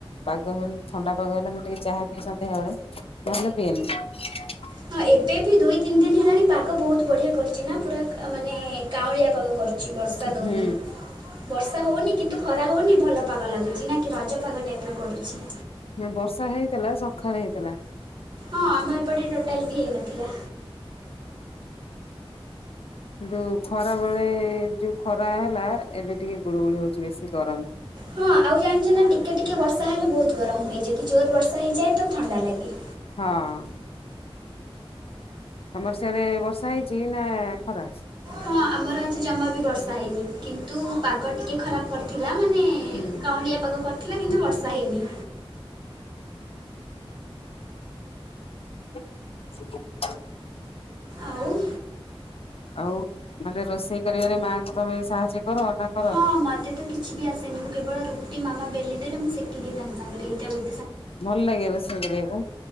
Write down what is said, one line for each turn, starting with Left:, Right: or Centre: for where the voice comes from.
Left: ପାଗ ହେଲେ ଥଣ୍ଡା ପାଗ ହେଲେ, ମୁଁ ଟିକେ ଚାହା ପିଇ ସନ୍ଧ୍ୟାବେଳେ ନହେଲେ ପିଏନି।
Right: ହଁ ଏବେ ବି ଦୁଇ ତିନି ଦିନ ହେଲାଣି ପାଗ ବହୁତ ବଢିଆ କରିୁଛି ନା ପୁରା ମାନେ କାଉଁଳିଆ ପାଗ କରୁ ଚି ବର୍ଷା ଦଉନି
Left: ହୁଁ
Right: ବର୍ଷା ହଉନି କିନ୍ତୁ ଖରା ହଉନି ଭଲ ପାଗ ଲାଗୁଚି ନା କି ରଜ ପାଗ ଟାଇପ୍‌ର କରୁଛି।
Left: ନା ବର୍ଷା ହେଇଥେଲା ସକାଳେ ହେଇଥେଲା।
Right: ହଁ ଆମ ଏପଟେ ଟୋଟାଲ ବି ହେଇନଥିଲା।
Left: ଯୋଉ ଖରା ବେଳେ ଏ ଯୋଉ ଖରା ହେଲା ଏବେ ଟିକେ ଗୁଳୁ ଗୁଳି ହଉଛି ବେଶୀ ଗରମ
Right: ହଁ ଆଉ ଜାଣିଛ ନା ଟିକେ ଟିକେ ବର୍ଷା ହେଲେ ବହୁତ ଗରମ ହୁଏ ଯଦି ଜୋର ବର୍ଷା ହେଇଯାଏ ତ ଥଣ୍ଡା ଲାଗେ।
Left: ହଁ। ଆମର ସେଡେ ବର୍ଷା ହେଇଛି ନା ଖରା?
Right: ହଁ ଆମର ଆଜି ଜମା ବି ବର୍ଷା ହେଇନି କିନ୍ତୁ ପାଗ ଟିକିଏ ଖରାପ କରିଥିଲା। ମାନେ
Left: ହୁଁ।
Right: କାଉଁଳିଆ ପାଗ କରିଥିଲା କିନ୍ତୁ ବର୍ଷା ହେଇନି।
Left: <unintelligible>
Right: ଆଉ
Left: ଆଉ ମାନେ ରୋଷେଇ କରିବାରେ ମାଆଙ୍କ ସାହାଯ୍ୟ କର ନା କରନି?
Right: ହଁ ମତେ ତ କିଛି ବି ଆସେନି ମୁଁ କେବଳ ରୁଟି ମାମା ବେଲି ଦେଲେ ମୁଁ ସେକିଦିଏ ତାଙ୍କ ସାଙ୍ଗରେ ଏଇଟା ଗୋ
Left: ଭଲ ଲାଗେ ରୋଷେଇ କରିବାକୁ।